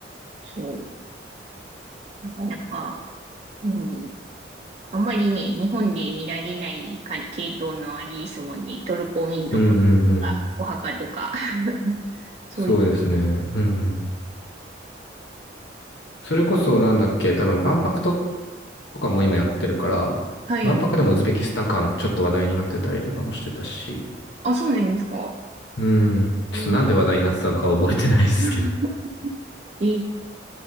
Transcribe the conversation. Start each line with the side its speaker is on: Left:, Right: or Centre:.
Right: そう。なかなか、うん。あんまりね、日本で見られないか系統のありですもんね。トルコ民族とか、
Left: うんうんうん。
Right: お墓とか。<laughs> そういう。
Left: そうですね。うんうん。それこそなんだっけ、多分万博とかも今やってるから、
Right: はい。
Left: 万博でもウズベキスタン館ちょっと話題になってたりとかもしてたし、
Right: あ、そうなんですか。
Left: うん。ちょっとなんで話題になってたのかは覚えてないですけど。
Right: えうん
Left: <laughs>
Right: <laughs> え、